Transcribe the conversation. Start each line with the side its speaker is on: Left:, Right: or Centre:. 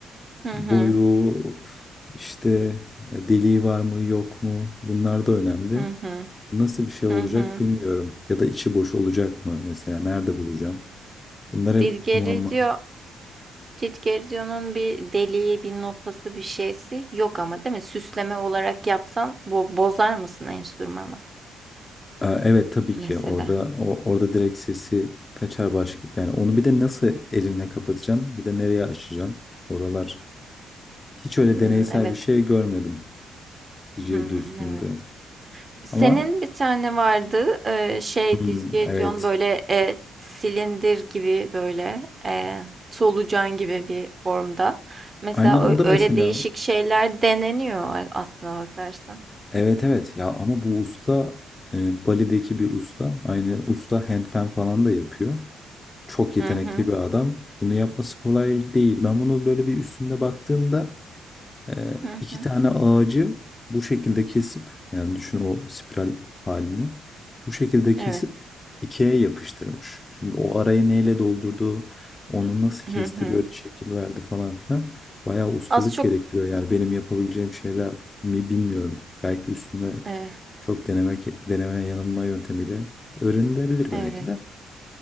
Right: hı.
Left: boyu işte deliği var mı yok mu? Bunlar da önemli.
Right: Hı hı.
Left: Nasıl bir şey olacak
Right: Hı hı.
Left: bilmiyorum. Ya da içi boş olacak mı mesela? Nerede bulacağım? Bunlar hep
Right: Didgeridoo,
Left: muamma.
Right: Didgeridoo'nun bir deliği, bir notası, bir şeysi yok ama değil mi? Süsleme olarak yapsan bo bozar mısın enstrümanı
Left: Ee, Evet tabii
Right: mesela?
Left: ki orada o- orada direkt sesi kaçar baş yani onu bir de nasıl elinle kapatacaksın bir de nereye açacaksın oralar. Hiç öyle
Right: Hmm,
Left: deneysel
Right: evet.
Left: bir şey görmedim didgeridoo
Right: Hmm,
Left: üstünde.
Right: evet. Senin
Left: Ama
Right: bir tane vardı eee, şey
Left: hmm,
Right: Dizgerdion
Left: evet.
Right: böyle eee, silindir gibi böyle eee, solucan gibi bir formda. Mesela
Left: Aynen
Right: ö-
Left: o da mesela.
Right: öyle değişik şeyler deneniyor a- aslına bakarsan.
Left: Evet evet ya ama bu usta e, Bali'deki bir usta. Aynı usta handpan falan da yapıyor. Çok yetenekli
Right: Hı hı,
Left: bir adam. Bunu yapması kolay değil. Ben bunu böyle bir üstünde baktığımda Ee,
Right: hı hı,
Left: iki tane ağacı bu şekilde kesip yani düşün o spiral halini bu şekilde kesip
Right: evet.
Left: ikiye yapıştırmış. Şimdi o arayı neyle doldurdu, onu nasıl kesti,
Right: Hı hı.
Left: böyle şekil verdi falan filan. Bayağı ustalık
Right: Az çok
Left: gerektiriyor. Yani benim yapabileceğim şeyler mi bilmiyorum. Belki üstünde
Right: eh,
Left: çok denemek, deneme yanılma yöntemiyle öğrenilebilir belki
Right: evet,
Left: de.